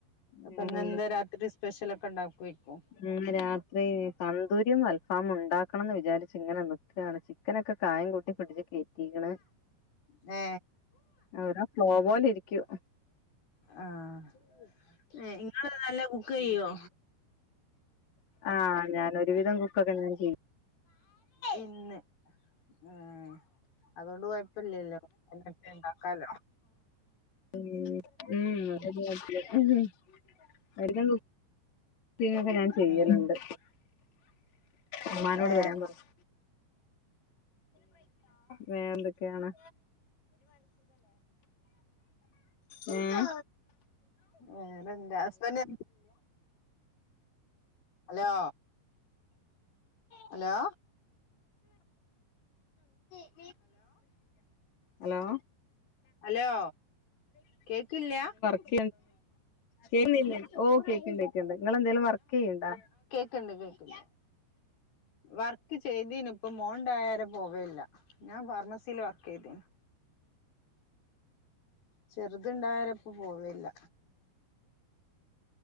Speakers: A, on the left; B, on the left.
A: അപ്പൊ
B: വേറെന്താ
A: ഇന്നെന്താ രാത്രി സ്പഷ്യലൊക്കെ ഉണ്ടാക്കി വെക്കോ
B: ഉം രാത്രി തന്ദൂരിയും അൽഫാമും ഉണ്ടാക്കണംന്ന് വിചാരിച്ച് ഇങ്ങനെ നിക്കാണ് ചിക്കനൊക്കെ കായം കൂട്ടി ഫ്രിഡ്ജി കെട്ടിക്കെണ്
A: ഏ
B: അവിടെ ഫ്ലോ പോലെ ഇരിക്കൂ
A: ആഹ് ഇങ്ങള് നല്ല കുക്ക് ചെയ്യോ
B: ആ ഞാൻ ഒരുവിധം കുക്കൊക്കെ ഞാൻ ചെയ്യും
A: ഇന്ന് ഉം അതുകൊണ്ട് കുഴപ്പില്ലല്ലോ ഉണ്ടാക്കാലോ
B: ഉം
A: ഉം
B: ഉം <unintelligible> കുക്കിങ്ങോക്കെ ഞാൻ ചെയ്യലുണ്ട്
A: ഉം
B: അമ്മാനോട്
A: ഏ
B: വെരാൻ പറഞ്ഞു വേറെന്തോക്കെയാണ് മ്മ്
A: വേറെ എന്താ ഹസ്ബന്റ് ഹലോ ഹലോ പി
B: ഹലോ
A: ഹലോ കേക്കില്യാ
B: <inaudible> കേൾക്കുന്നില്ലേ ഓ കേക്ക്ണ്ട് കേക്ക്ണ്ട് നിങ്ങളെന്തേലും വർക്ക് ചെയ്യ്ണ്ടോ
A: കേക്ക്ണ്ട് കേക്കുണ്ട് വർക്ക് ചെയ്തിനു പ്പം മോൻ ഇണ്ടായാരെ പോവെലില്ല ഞാൻ ഫാർമസിൽ വർക്ക് ചെയ്ത ചെറുതുണ്ടായരെ ഇപ്പം പോവേലില്ല